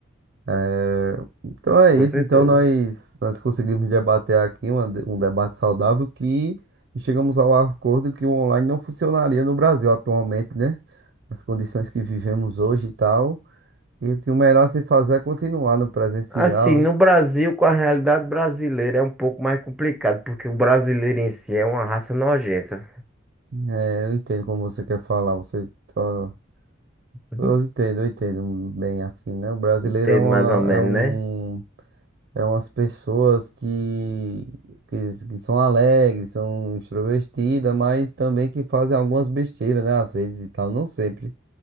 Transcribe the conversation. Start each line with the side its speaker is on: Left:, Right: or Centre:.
Right: É, então é
Centre: com
Right: isso.
Centre: certeza.
Right: Então nós, nós conseguimos debater aqui uma de- um debate saudável que chegamos ao acordo que o online não funcionaria no Brasil atualmente, né? As condições que vivemos hoje e tal. E o que o melhor a se fazer é continuar no presencial.
Centre: Assim, no Brasil, com a realidade brasileira, é um pouco mais complicado, porque o brasileiro em si é uma raça nojenta.
Right: É, eu entendo como você quer falar. Você, tá-
Centre: <laughs>
Right: eu entendo, eu entendo bem assim, né? O brasileiro
Centre: Entendo
Right: é uma,
Centre: mais ou menos,
Right: é um
Centre: né?
Right: É umas pessoas que, que, que são alegres, são extrovertidas, mas também que fazem algumas besteiras, né? Às vezes e tal, não sempre.